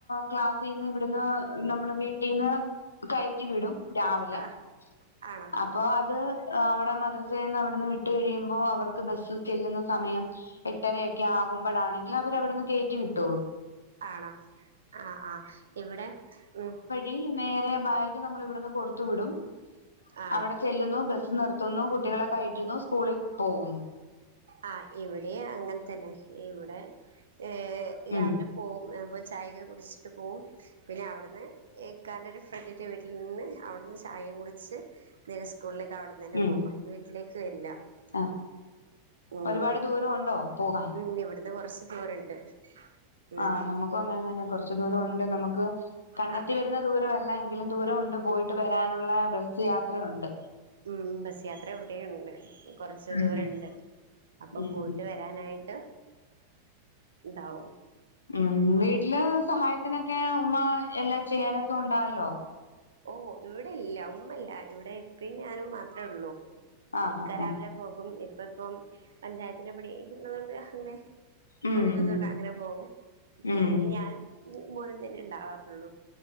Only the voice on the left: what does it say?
ക്ലസ്സീന്ന് ഇവിടുന്ന് നമ്മള് വീട്ടിൽ ട്ടിന്ന്കയറ്റി വിടും രാവിലെ ആ
അപ്പോഅത്അവളുടെ മദ്രസയിൽ നിന്ന് അവിടെന്ന് വിട്ട് കഴിയുമ്പോ അവർക്ക് ബസ്സ് ചെല്ലുന്ന സമയം എട്ടരയൊക്കെ ആകുമ്പോഴാണെങ്കിൽ അവര് അവിടുന്ന് കയറ്റി വിട്ടോളൂ
ഇനി നേരെ ബാഗ് നമ്മൾ ഇവിടുന്ന് കൊടുത്തു വിടും
അവടെ ചെല്ലുന്നു ബസ്സ് നിർത്തുന്നു കുട്ടികളെ കയറ്റുന്നു സ്കൂളിൽ പോകുന്നു
ഉം
ഉം
ആ
ഒരുപാട് ദൂരം ഉണ്ടോ പോകാൻ
ആ നമുക്ക് അങ്ങനെ തന്നെ കൊറച്ചു ദൂരം ഉണ്ട് നമുക്ക് കണ്ണെത്തി
വരുന്ന ദൂരമല്ല എങ്കിലും ദൂരമുണ്ട് പോയിട്ട് വരാനുള്ള ബസ്സ് യാത്രയുണ്ട്
ഉം
ഉം
മം വീട്ടില് സഹായത്തിനൊക്കെ ഉമ്മ എല്ലാം ചെയ്യാനൊക്കെ ഉണ്ടാവല്ലോ
ആഹ്
ആഹ്
ഉം
ഉം
ഉം